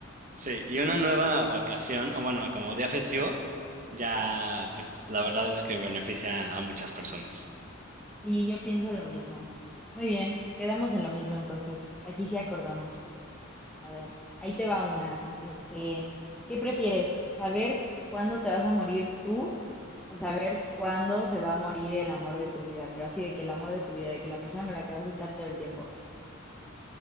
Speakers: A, on the right (about 40°); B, in the centre.
A: sí, y una nueva vacación, o bueno, como día festivo, ya, pues la verdad es que beneficia a muchas personas.
B: Sí, yo pienso lo mismo. Muy bien, quedamos en lo mismo entonces. Aquí sí acordamos. A ver, ahí te va una. Este, ¿qué prefieres? ¿Saber cuándo te vas a morir tú o saber cuándo se va a morir el amor de tu vida? Pero así de que el amor de tu vida, de que la persona con la que vas a estar todo el tiempo.